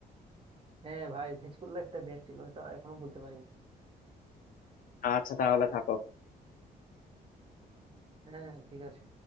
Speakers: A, on the right; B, on the left.
A: হ্যাঁ ভাই স্কুল লাইফটা বেস্ট ছিল এটা এখনো বলতে পারিনি
B: আচ্ছা তাহলে থাকো
A: হ্যাঁ হ্যাঁ, ঠিক আছে